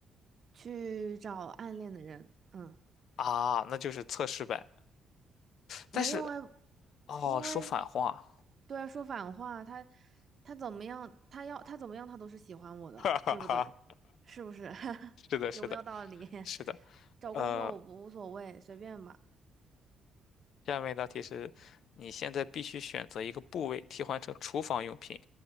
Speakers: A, on the right; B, on the left.
A: 去找暗恋的人。嗯，
B: 啊，那就是测试呗。但是
A: 没有啊，
B: 哦，
A: 因为
B: 说反话，
A: 对啊，说反话，他他怎么样，他要他怎么样，他都是喜欢我的，
B: <laughs> 哈哈哈，
A: 对不对？是不是？<laughs>
B: 是的，是的，
A: 有没有道理？
B: 是的。
A: <laughs> 找工作我不无所谓，
B: 呃，
A: 随便吧。
B: 下面一道题是，你现在必须选择一个部位替换成厨房用品，